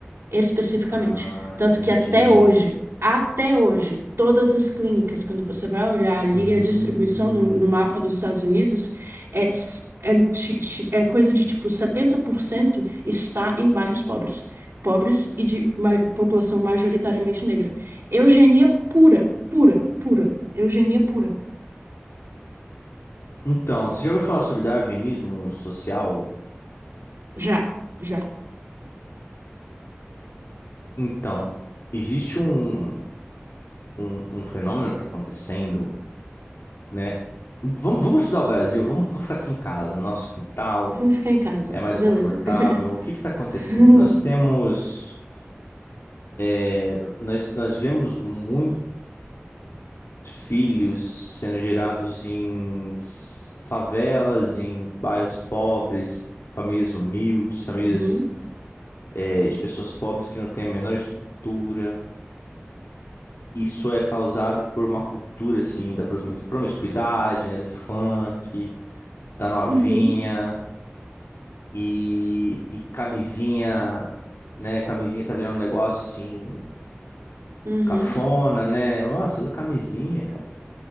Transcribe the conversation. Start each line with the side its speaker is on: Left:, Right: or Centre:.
Right: especificamente.
Left: Ah,
Right: Tanto
Left: entendi.
Right: que até hoje, até hoje, todas as clínicas, quando você vai olhar ali
Left: Hum.
Right: a distribuição no, no mapa dos Estados Unidos, é, s- é, ti- ti- é coisa de tipo 70% está em bairros pobres. Pobres e de ma- população majoritariamente negra. Eugenia pura, pura, pura. Eugenia pura.
Left: Então, você já ouviu falar sobre darwinismo social?
Right: Já, já.
Left: Então, existe um, um, um fenômeno que está acontecendo, né? Vamos, vamos estudar o Brasil, vamos, vamos ficar aqui em casa, nosso quintal
Right: Vamos ficar em casa,
Left: é mais
Right: beleza.
Left: confortável. O que está acontecendo?
Right: <laughs>
Left: Nós temos, é, nós, nós vemos muitos filhos sendo gerados em s- favelas, em bairros pobres, famílias humildes, famílias,
Right: Uhum,
Left: é, de pessoas pobres que não têm a menor estrutura. Isso é causado por uma cultura assim da promis- promiscuidade, né, do funk da novinha
Right: uhum,
Left: e, e camisinha, né? Camisinha tá virando um negócio assim,
Right: uhum,
Left: cafona, né? Nossa, usa camisinha, cara.